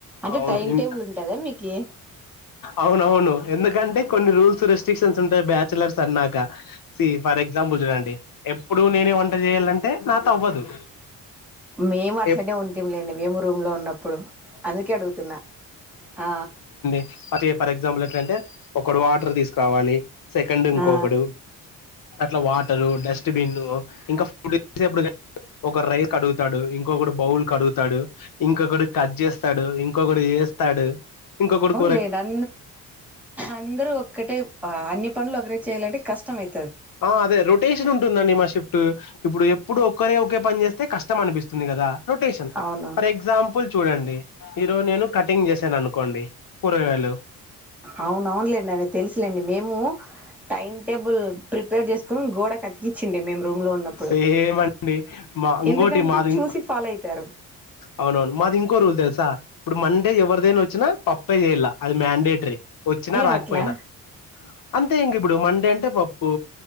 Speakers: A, in the centre; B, on the left.
A: అంటే
B: అవును
A: టైం
B: ఇం
A: టేబుల్ ఉంటదా మీకు ఏ
B: అవునవును ఎందుకంటే కొన్ని రూల్స్ రెస్ట్రిక్షన్స్ ఉంటాయి బ్యాచలర్స్ అన్నాక సి ఫర్ ఎగ్జాంపుల్ చూడండి ఎప్పుడు నేనే వంట చేయాలంటే నా త అవ్వదు
A: మేము అట్లనే
B: ఎప్
A: ఉంటాం లేండి మేము రూమ్ లో ఉన్నప్పుడు అందుకే అడుగుతున్నా ఆ
B: అ ఫర్ ఎగ్జాంపుల్ ఎట్లంటే ఒకడు వాటర్ తీసుకురావాలి సెకండ్ ఇంకొకడు
A: ఆ
B: అట్లా వాటరు డస్ట్బిన్ ఇంకా ఫుడ్ చేసేడు ఒక రైస్ కడుగుతాడు ఇంకొకడు బౌల్ కడుగుతాడు ఇంకొకడు కట్ చేస్తాడు ఇంకొకడు చేస్తాడు ఇంకా కొడుకు
A: లేదు అ అందరు ఒక్కటే అన్ని పనులు ఒకటే చేయాలంటే కష్ట మది
B: ఆ అదే రొటేషన్ ఉంటుందండి మా షిఫ్ట్ ఇప్పుడు ఎప్పుడు ఒక్కరే ఒకే పని చేస్త అయితే కష్టం అనిపిస్తుంది కదా రొటేషన్
A: అవును
B: ఫర్ ఎగ్జాపల్ చ చూడండి ఈరోజు నేను కటింగ్ చేశాను అనుకోండి పూరగాేలు
A: అవున అవునలేండి అని తెలుసులేండి మేము టైం టేబుల్ ప్రిపేర్ చేసుకుని గోడకు అతికిచ్చిండే మేము రూమ్ లో ఉన్నప్పుడు
B: సేమండి మా ఇంకోటి
A: ఎందుకంటే
B: మాదిం
A: చూసి ఫాలో అయితారు
B: అవునవును మాది ఇంకో రూల్ తెలుసా ఇప్పుడు మండే ఎవరిదైనా వచ్చినా పప్పే చేయాల అది మ్యాండేట్ త్రే వచ్చినా
A: ఏం
B: రాకపోయినా
A: అట్లా
B: అంత ఇం ఇప్పుడు మండే అంటే పప్పు